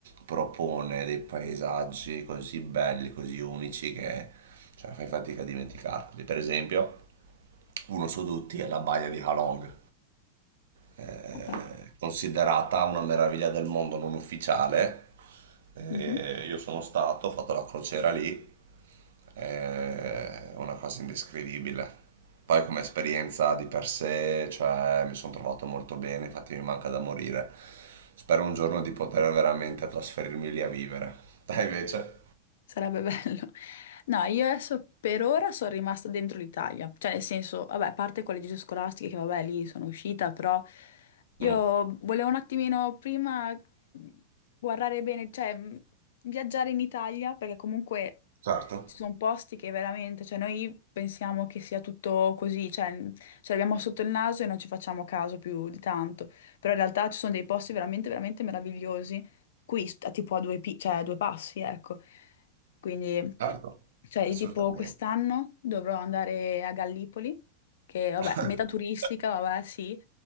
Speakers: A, on the right (about 80°); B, on the left (about 65°).
A: propone dei paesaggi così belli, così unici che cioè, fai fatica a dimenticarli. Per esempio, uno su tutti è la baia di Halong eh,
B: vabbè.
A: considerata una meraviglia del mondo non ufficiale. Eh,
B: Mhm.
A: io sono stato, ho fatto la crociera lì, è una cosa indescrivibile. Poi come esperienza di per sé, cioè, mi sono trovato molto bene, infatti mi manca da morire. Spero un giorno di poter veramente trasferirmi lì a vivere. <laughs> Dai invece?
B: Sarebbe <laughs> bello. No, io adesso per ora sono rimasta dentro l'Italia, cioè nel senso, vabbè, a parte con le gite scolastiche che vabbè lì sono uscita, però io
A: Mm,
B: volevo un attimino prima guardare bene, cioè mh, viaggiare in Italia, perché comunque
A: certo,
B: ci sono posti che veramente, cioè noi pensiamo che sia tutto così, cioè mh, ce l'abbiamo sotto il naso e non ci facciamo caso più di tanto, però in realtà ci sono dei posti veramente, veramente meravigliosi, qui st- tipo a due, pi- cioè, a due passi, ecco. Quindi,
A: certo,
B: cioè, io
A: assolutamente.
B: tipo quest'anno dovrò andare a Gallipoli, che vabbè,
A: <laughs>
B: meta turistica, vabbè, sì,